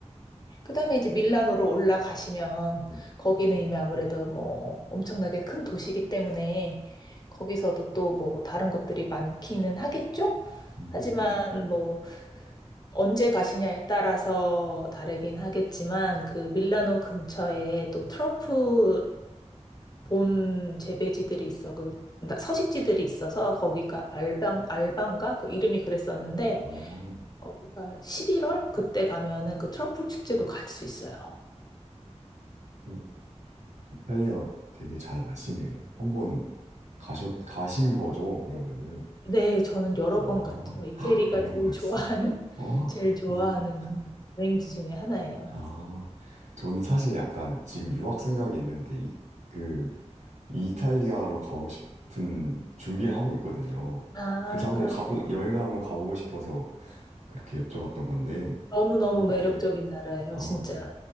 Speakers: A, on the left; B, on the right.
A: 그다음에 이제 밀라노로 올라가시면
B: 네.
A: 거기는 이미 아무래도 뭐 엄청나게 큰 도시이기 때문에 거기서도 또 뭐 다른 것들이 많기는 하겠죠?
B: 음,
A: 하지만 뭐 언제 가시냐에 따라서 다르긴 하겠지만 그 밀라노 근처에 또 트러플 본 재배지들이 있어 그 나- 서식지들이 있어서 거기가 알방 알방가 그 이름이 그랬었는데
B: 어,
A: 거기가 11월 그때 가면은 그 트러플 축제도 갈 수 있어요.
B: 어, 이탈리아 되게 잘 마시네요. 한번 가셨, 가신 거죠, 그러면은.
A: 네, 저는 여러
B: 아,
A: 번 갔죠. 이태리가
B: <gasps> 헉, 여러
A: 제일
B: 번 가셨어요?
A: 좋아하는, <laughs>
B: 아,
A: 제일
B: 그렇구나.
A: 좋아하는 여행지 중에 하나예요.
B: 아, 저는 사실 약간 지금 유학 생각이 있는데, 이, 그, 이탈리아로 가고 싶은 준비를 하고 있거든요.
A: 아,
B: 그래서 한번
A: 그러시군요.
B: 가보, 여행을 한번 가보고 싶어서 그렇게 여쭤봤던 건데,
A: 너무너무 매력적인
B: 네.
A: 나라예요,
B: 아,
A: 진짜.
B: 네.